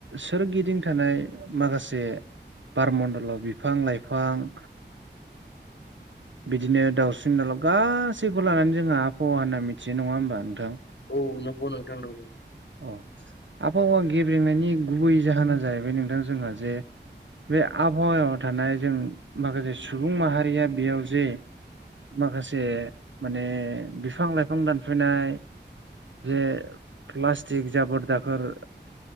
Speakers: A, on the right; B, on the left.
A: सोरगिदिं थानाय माखासे बार मणडलाव बिफां लाइफां बिदिनो दाउस्रिन दाउला गासैखौबो लानानै जोंहा आबहावा होनना मिथियो नंङा होमबा नोंथां?
B: औ नंगौ नोंथां नंगौ।
A: अ आबहावा गेब्रेंनायनि गुबै जाहोना जाहैबाय नोंथां जोंहा जे बे आबहावायाव थानाय जों माखासे सुबुं माहारिया बेयाव जे माखासे माने बिफां लाइफां दानफायनाय जे प्लास्टिक जाबोर दाखोर